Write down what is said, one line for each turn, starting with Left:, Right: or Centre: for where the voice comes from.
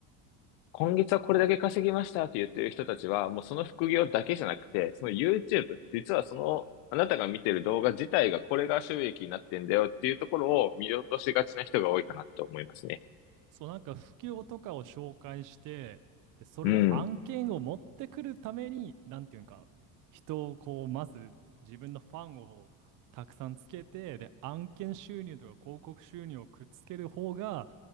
Left: 今月はこれだけ稼ぎましたって言ってる人たちは、もうその副業だけじゃなくて、その YouTube、実はその、あなたが見てる動画自体がこれが収益になってんだよっていうところを見落としがちな人が多いかなと思いますね。
Right: そう、なんか不況とかを紹介して、で、それで案件を持ってくるために、
Left: うん。
Right: なんていうんか、人をこう、まず自分のファンをたくさんつけて、で、案件収入とか広告収入をくっつける方が、